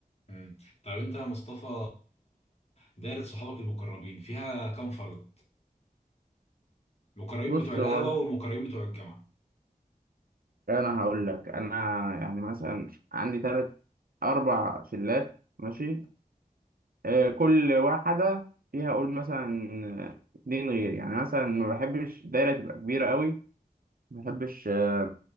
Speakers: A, on the left; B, on the right.
A: امم طب انت يا مصطفى دايره صحابك المقربين فيها كام فرد؟ المقربين
B: بص
A: بتوع القهوه
B: هو أنت-
A: والمقربين بتوع الجامعه
B: انا هقول لك انا يعني مثلا عندي ثلاث اربع شلات ماشي آه، كل واحده فيها اقول مثلا اتنين غير يعني مثلا ما بحبش دايره تبقى كبيره قوي ما بحبش آه،